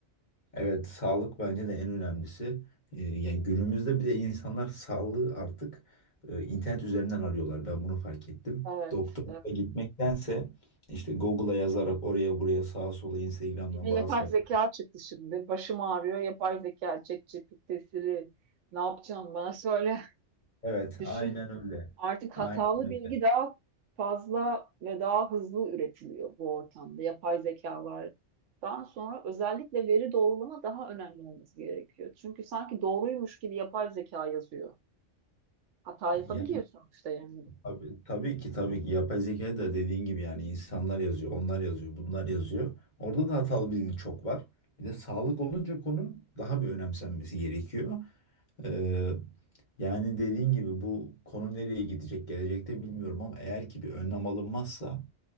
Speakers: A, on the left (about 40°); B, on the right (about 75°).
A: evet sağlık bence de en önemlisi. Ee, yani günümüzde bir de insanlar sağlığı artık e, internet üzerinden arıyorlar. Ben bunu fark ettim.
B: Evet,
A: Doktora
B: evet.
A: gitmektense işte Google'a yazarak oraya buraya sağa sola Instagram'dan
B: Bir de yapay
A: bazı sayfalar.
B: zeka çıktı şimdi. Başım ağrıyor. Yapay zeka, ChatGPT'si. Ne yapacağım bana söyle.
A: Evet,
B: Düşün
A: aynen öyle.
B: artık
A: Aynen
B: hatalı
A: öyle.
B: bilgi daha fazla ve daha hızlı üretiliyor bu ortamda. Yapay zekalardan sonra özellikle veri doğrulama daha önemli olması gerekiyor. Çünkü sanki doğruymuş gibi yapay zeka yazıyor. Hata
A: Ya
B: yapabiliyorsun işte yani.
A: Abi, tabii ki tabii ki yapay zekayı da dediğin gibi yani insanlar yazıyor, onlar yazıyor, bunlar yazıyor. Orada da hatalı bilgi çok var. Bir de sağlık olunca konu daha bir önemsenmesi gerekiyor. Ee, yani dediğin gibi bu konu nereye gidecek gelecekte bilmiyorum ama eğer ki bir önlem alınmazsa